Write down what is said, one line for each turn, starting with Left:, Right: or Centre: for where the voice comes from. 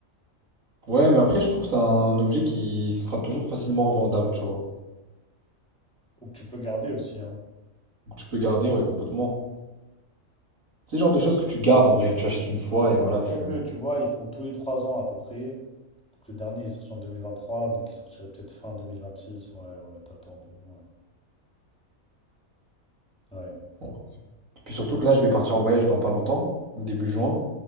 Right: Ouais, mais après, je trouve que c'est un objet qui sera toujours facilement revendable, tu vois.
Centre: Ou que tu peux garder aussi. Hein.
Right: Donc tu peux garder, ouais, complètement. C'est le genre de choses que tu gardes en vrai. Tu achètes une fois et voilà, tu.
Centre: Que tu vois, ils font tous les 3 ans à peu près. Donc le dernier il est sorti en deux mille vingt trois donc il sortirait peut-être fin deux mille vingt six Ouais, ouais, t'as le temps de. Ouais. Ouais,
Right: bon. Et puis surtout que là, je vais partir en voyage dans pas longtemps, début juin.